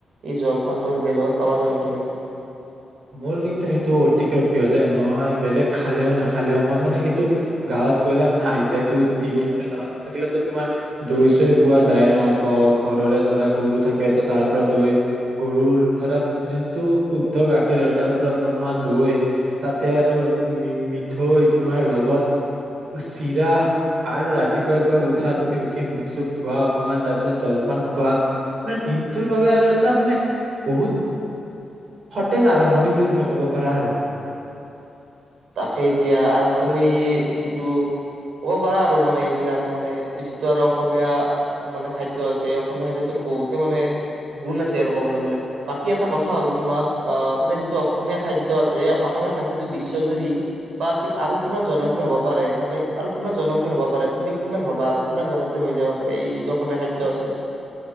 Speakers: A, on the right; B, on the right.
A: এই জলপানটো আৰু বেলেগত পাবা জানো তুমি
B: মোৰ কিন্তু সেইটো অতিকৈ প্ৰিয় দে মই বেলেগ খালেও নাখালেও মই মানে সেইটো গাঁৱত গ'লে মানে আইতাইতো দিয়ে মানে গাঁৱত থাকিলেতো তোমাৰ দৈ চৈ পোৱা যায় ন ঘৰৰে ধৰা গৰু থাকে ত তাৰ পৰা দৈ গৰুৰ ধৰা যোনটো শুদ্ধ গাখীৰ গীৰ আৰু তাৰ পৰা বনোৱা দৈ তাতে আৰু মিঠৈ তোমাৰ লগত চিৰা আৰু ৰাতিপুৱাই পৰাুৱ উঠা তুমি উঠি মুখ চুখ ধোৱা অকমান তাৰ পিছত জলপান খোৱা মানে দিনটোৰ বাবে আৰু এটা মানে বহুত জ আৰম্ভণি বুলি তুমি ক'ব পাৰা আৰু
A: তাকেই দিয়া আৰু তুমি যিটো ক'ব পাৰা আৰু মানে এইবিলাক মানে যিটো আৰু অসমীয়া মানে খাদ্য আছে এই অসমীয়া খাদ্যটোৰ বহুতে মানে গুণ আছে আৰু কবলৈ গলে বাকী এটা কথা হল তোমাক আহ মানে যিটো অসমীয়া খাদ্যয় আছে অসমীয়া খাদ্যটো বেছি ুৰি বা আৰু কিমান জনপ্ৰিয় হ'ব পাৰে মানে আৰু কিমান জনপ্ৰিয় হ'ব পাৰে তুমি কিমান ভাবা আৰু কিমান জনপ্ৰিয় হৈ যাব পাৰে এই যিটো অসমীয়া খাদ্য আছে